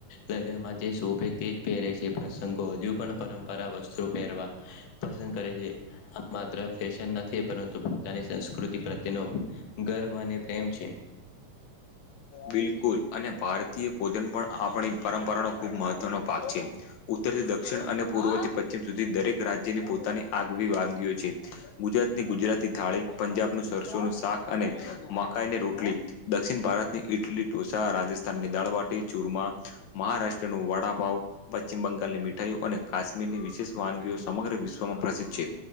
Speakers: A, on the left; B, on the left.
A: લગ્નમાં જે શોભે તે જ પહેરે છે. સંઘો હજુ પણ પરંપરા વસ્ત્રુ પહેરવા પસંદ કરે છે આ માત્ર ફેશન નથી. પરંતુ પોતાની સંસ્કૃતિ પ્રત્યેનો ગર્વ અને પ્રેમ છે.
B: બિલકુલ અને ભારતીય. ભોજન પણ આપણી પરંપરાનો ખૂબ મહત્વનો ભાગ છે ઉત્તરથી દક્ષિણ અને પૂર્વથી. પશ્ચિમ સુધી દરેક રાજ્યની પોતાની આગવી વાનગીઓ છે ગુજરાતની ગુજરાતી થાળી પંજાબ. નું સરસોનુંું શાક અને મકાઈને રોટલી. દક્ષિણ ભારતની ઈટલી ઢોસા રાજસ્થાનની દાળવાટી ચુરમા મહારાષ્ટ્રનું વડાપ. પશ્ચિમ બંગાળની મીઠાઈઓ અને કાશ્મીરની વિશેષ વાનગીઓ સમગ્ર વિશ્વમાં પ્રસિદ્ધ છે.